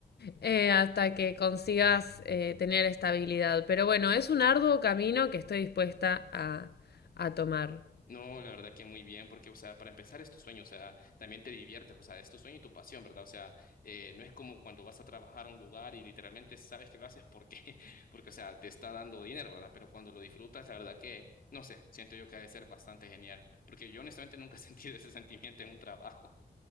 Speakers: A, on the left; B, on the left.
A: eh, hasta que consigas eh, tener estabilidad. Pero bueno, es un arduo camino que estoy dispuesta a, a tomar.
B: No, la verdad que muy bien, porque, o sea, para empezar es tu sueño, o sea, también te diviertes, o sea, es tu sueño y tu pasión, ¿verdad? O sea, eh, no es como cuando vas a trabajar a un lugar y literalmente sabes que lo haces porque, <laughs> porque, o sea, te está dando dinero, ¿verdad? Pero cuando lo disfrutas, la verdad que, no sé, siento yo que ha de ser bastante genial, porque yo honestamente nunca he <laughs> sentido ese sentimiento en un trabajo.